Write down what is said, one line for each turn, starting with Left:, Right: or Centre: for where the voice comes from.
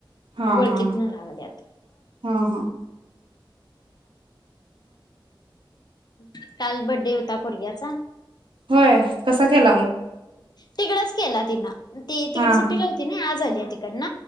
Right: हा
Left: वळकित
Right: हा
Left: न लागल्यात.
Right: हा हा
Left: <inaudible> काल बड्डे होता पोरग्याचा
Right: होय कसा केला मग
Left: तिकडचं केला तिन ते तिकड
Right: हा
Left: सुट्टीला
Right: हा
Left: आलती ना आज आलीया तिकडन